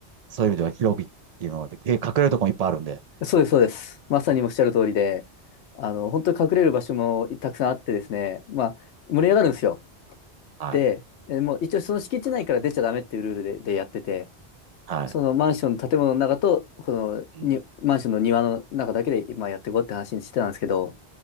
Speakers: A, on the right (about 55°); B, on the left (about 75°).
A: そういう意味では広くっていうのは、で、隠れるとこもいっぱいあるんで。
B: そうです、そうです。まさにおっしゃる通りで、あの、本当に隠れる場所もたくさんあってですね、まあ、盛り上がるんですよ。
A: はい。
B: で、えもう一応その敷地内から出ちゃダメっていうルールで、でやってて、
A: はい。
B: そのマンションの建物の中と、このに、
A: うん。
B: マンションの庭の中だけで今やっていこうって話にしてたんですけど、